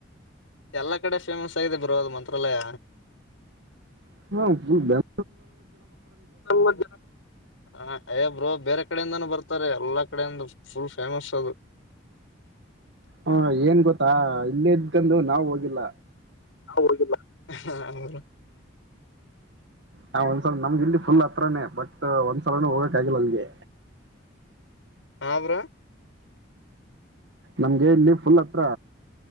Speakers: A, on the left (about 85°); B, on the right (about 60°).
A: ಎಲ್ಲಾ ಕಡೆ ಫೇಮಸ್ ಆಗಿದೆ ಬರೋ ಅದು ಮಂತ್ರಾಲಯ
B: ಹ್ಮ
A: ಹ <unintelligible> ಹ ಅಯ್ಯ ಬ್ರ ಬೇರೆ ಕಡೆಯಿಂದಾನೂ ಬರ್ತಾರೆ ಎಲ್ಲಾ ಕಡೆಯಿಂದ ಫುಲ್ ಫೇಮಸ್ ಅದು <unintelligible>
B: ಹ ಏನ್ ಗೊತ್ತಾ ಇಲ್ಲ ಇದ್ಕಂದು ನಾವ್ ಹೋಗಿಲ್ಲ
A: ನಾ್ ಹೋಗಿಲ್ಲ ಹ
B: ನಾ ಒಂದ್ಸಲ ನಮ್ಗೆ ಇಲ್ಲಿ ಫುಲ್ ಹತ್ರಾನೇ ಬಟ್ ಒಂದ್ಸಲಾನ ಹೋಗಕ್ ಆಗಿಲ್ಲ ಅಲ್ಲಿಗೆ
A: ಆವ್ರ
B: ನಮ್ಗೆ ಇಲ್ಲಿ ಫುಲ್ ಹತ್ರ